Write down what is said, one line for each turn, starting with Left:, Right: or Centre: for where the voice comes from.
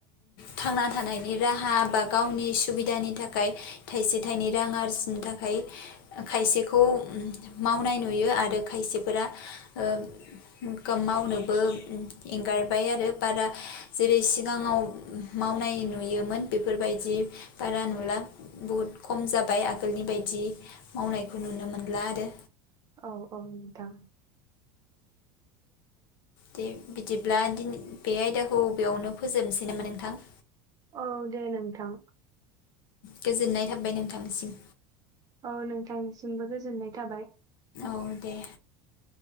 Left: थांना थानायनि राहा बा गावनि सुबिदानि थाखाय थायसे थाइनै रां आरजिनो थाखाय खायसेखौ मावनाय नुयो आरो खायसेफोरा ओं कम मावनोबो एंगारबाय आरो बारा जेरै सिगाङाव मावनाय नुयोमोन बेफोरबायदि बारा नुला बहुद खम जाबाय आगोलनि बायदि मावनायखौ नुनो मोनला आरो
Right: औ औ नोंथां
Left: दे बिदिब्ला दिनै बे आयदाखौ बेयावनो फोजोबनोसै नामा नोंथां।
Right: औ दे नोंथां
Left: गोजोननाय थाबाय नोंथांनिसिम।
Right: औ नोंथांनिसिमबो गोजोननाय थाबाय
Left: औ दे
Right: <inaudible>